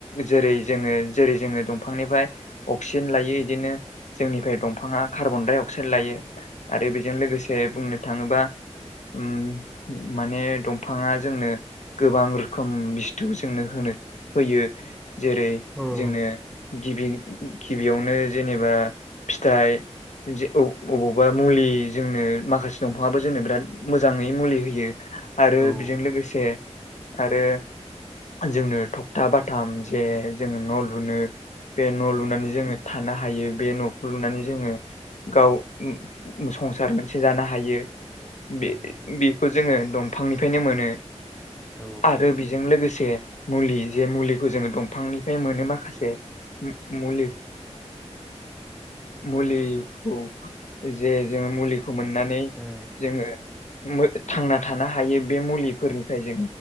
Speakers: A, on the left (about 80°); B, in the centre.
A: जेरै जोङो जेरै जोङो दंफांनिफ्राय अक्सिजेन लायो इदिनो जोंनिफ्राय दंफाङा कार्बन डाइ अक्साइड लायो आरो बेजों लोगोसे बुंनो थाङोबा ओम माने दंफाङा जोंनो गोबां रोखोम बस्थु जोंनो होनो होयो जेरै
B: औ
A: जोंनो गिबि गिबियावनो जेनेबा फिथाइ अबावबा मुलि जोंनो माखासे दंफाङाबो जोंनो बिराद मोजाङै मुलि होयो आरो
B: उम
A: बेजों लोगोसे आरो जोंनो थखथा बाथाम जे जोङो न' लुनो बे न' लुनानै जोङो थानो हायो बे न'खौ लुनानै जोङो गाव संसार मोनसे जानो हायो। बे
B: उम
A: बेखौ जोङो दंफांनिफ्रायनो मोनो।
B: औ
A: आरो बेजों लोगोसे मुलि जे मुलिखौ जोङो दंफांनिफ्राय मोनो माखासे। ओम मुलि मुलिखौ जे जोङो मुलि खौ मोननानै
B: उम
A: जोङो थांना थानो हायो बे मुलिफोरनिफ्राय जों